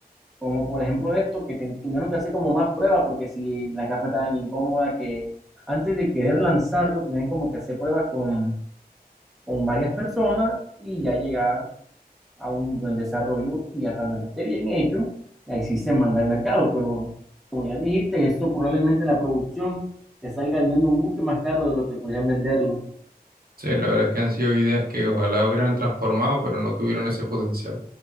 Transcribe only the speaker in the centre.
como por ejemplo esto, que te- tuvieron que hacer como más pruebas porque si la caja tan incómoda que antes de querer lanzarlo, tenían como que hacer pruebas con, con varias personas y ya llegar a un buen desarrollo y a cuando ya esté bien hecho, ahí sí se manda al mercado, pero como ya dijiste, eso probablemente la producción te salga al menos mucho más caro de lo que podrían venderlo en